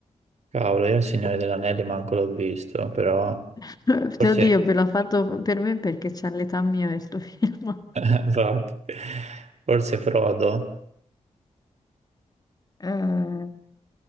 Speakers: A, on the right; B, on the left.
A: Cavolo, io il Signore degli Anelli manco l'ho visto, però
B: <laughs>
A: forse,
B: Oddio, ve l'ha fatto per me perché c'ha l'età mia questo film. <laughs>
A: <laughs> infatti, forse Frodo
B: Eh,